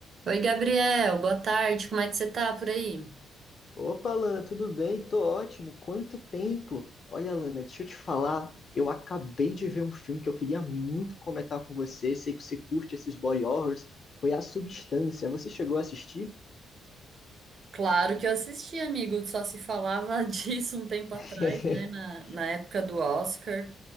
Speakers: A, on the right; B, on the left.
A: Oi, Gabriel, boa tarde, como é que você tá por aí?
B: Opa, Lana, tudo bem? Tô ótimo. Quanto tempo? Olha, Lana, deixa eu te falar. Eu acabei de ver um filme que eu queria muito comentar com você. Sei que você curte esses body horrors. Foi A Substância. Você chegou a assistir?
A: Claro que eu assisti, amigo, só se falava <laughs> disso um tempo
B: <laughs>
A: atrás, né, na, na época do Oscar.